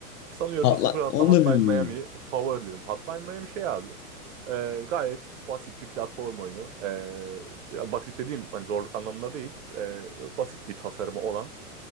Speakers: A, on the right; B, on the left.
A: Sanıyorum
B: Atla
A: bu Sprat'la
B: onu
A: Hotline
B: da bilmiyorum.
A: Miami favorilerim. Hotline Miami şey abi. e, gayet basit bir platform oyunu. E, ya basit dediğim hani zorluk anlamında değil. E, basit bir tasarımı olan.